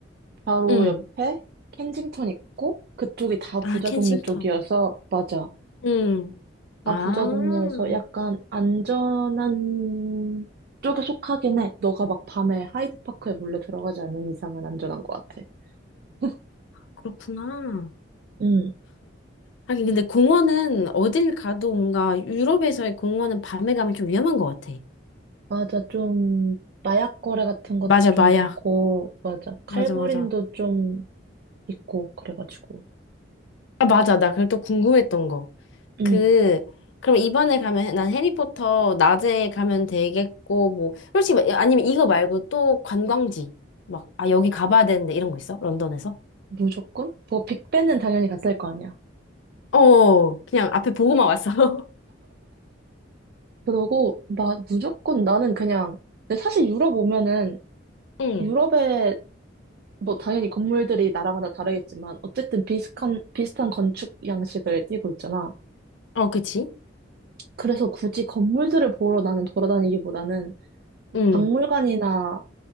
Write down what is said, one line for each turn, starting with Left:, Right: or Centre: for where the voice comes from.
Right: 바로
Left: 응.
Right: 옆에 켄징턴 있고 그쪽이 다
Left: 아,
Right: 부자
Left: 켄싱턴.
Right: 동네 쪽이어서 맞아.
Left: 응.
Right: 다
Left: 아,
Right: 부자 동네여서 약간 안전한 쪽에 속하긴 해. 너가 막 밤에 하이드파크에 몰래 들어가지 않는 이상은 안전한 것 같아. <laughs>
Left: 그렇구나.
Right: 응,
Left: 하긴, 근데 공원은 어딜 가도 뭔가 유럽에서의 공원은 밤에 가면 좀 위험한 것 같아.
Right: 맞아. 좀 마약 거래 같은 것도
Left: 맞아,
Right: 좀
Left: 마약.
Right: 많고 맞아. 칼부림도
Left: 맞아, 맞아.
Right: 좀 있고 그래가지고
Left: 아, 맞아. 나 그걸 또 궁금했던 거.
Right: 응
Left: 그, 그럼 이번에 가면 난 해리포터 낮에 가면 되겠고, 뭐, 솔직히, 말- 아니면 이거 말고 또 관광지. 막, 아, 여기 가봐야 되는데 이런 거 있어? 런던에서?
Right: 무조건 뭐 빅벤은 당연히 갔을 거 아니야
Left: 어, 그냥 앞에 보고만 왔어. <laughs>
Right: 그러고 나 무조건 나는 그냥 근데 사실 유럽 오면은
Left: 응.
Right: 유럽에 뭐 당연히 건물들이 나라마다 다르겠지만 어쨌든 비슷한 비슷한 건축 양식을 띠고 있잖아.
Left: 어, 그치?
Right: 그래서 굳이 건물들을 보러 나는 돌아다니기보다는
Left: 응.
Right: 박물관이나